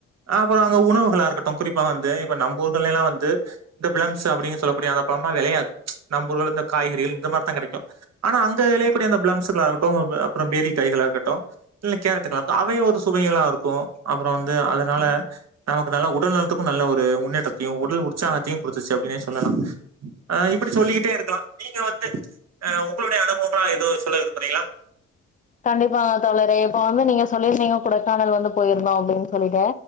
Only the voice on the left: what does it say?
கண்டிப்பா தோழரே இப்ப வந்து நீங்க சொல்லிர்தீங்க கொடைக்கானல் வந்து போயிர்ந்தோ அப்படின் சொல்லிட்ட